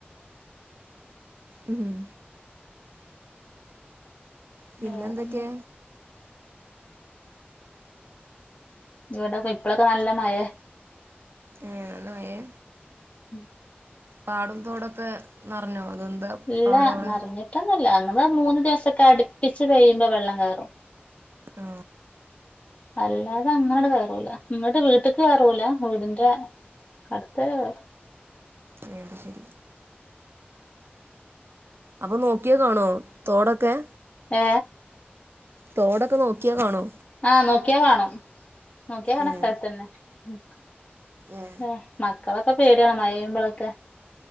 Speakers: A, on the right (about 70°); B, on the left (about 35°).
A: ഉം. പിന്നെന്തൊക്കെ?
B: വേറെന്താ ഇവിടെ ഇപ്പോളെക്കെ നല്ല മഴേ.
A: ഏ നല്ല മഴേ
B: ഉം
A: പാടും തോടൊക്കെ നിറഞ്ഞോ? അതെന്താ
B: ഇല്ല
A: പാടം അവിടെ
B: നിറഞ്ഞിട്ട്ന്നില്ല അന്ന് മൂന്നു ദിവസൊക്കെ അടുപ്പിച്ച് പെയുമ്പോ വെള്ളം കേയറും.
A: ആ
B: അല്ലാതെ അങ്ങനട് കയറൂല ഇങ്ങട്ട് വീട്ട്ക്ക് കയറൂല വീടിന്റെ. അടുത്ത ഹെ
A: അ അത് ശരി. അപ്പൊ നോക്കിയ കാണോ തോടൊക്കെ.
B: ഏ
A: തോടൊക്കെ നോക്കിയാ കാണോ?
B: ആഹ നോക്കിയാ കാണും നോക്കിയാ കാണ
A: ഉം
B: സ്ഥലത്തന്നെ. ഉം
A: ഏ
B: മക്കളൊക്കെ പേടിയാണ് മഴ പേയുമ്പോളൊക്കെ.